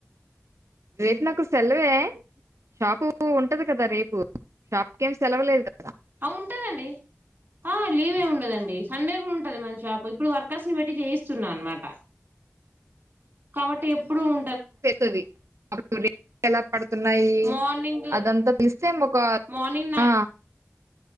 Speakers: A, on the right (about 75°); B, on the right (about 40°).
A: రేపు నాకు సెలవే షాపు ఓపె ఉంటది కదా రేపు షాప్కి ఏం సెలవలేదు కదా
B: ఆ ఉంటదండి ఆ లీవ్ ఉండదండి సండే కూడా ఉంటది మన షాప్ ఇప్పుడు వర్కర్స్ ని పెట్టి చేయిస్తున్నా అనమాట కాబట్టి ఎప్పుడు ఉం
A: తెతది అప్పుడు రే ఎలా పడుతున్నాయి
B: మార్నింగ్
A: అదంతా తీస్తే ఒక
B: మార్నింగ్ నై
A: ఆ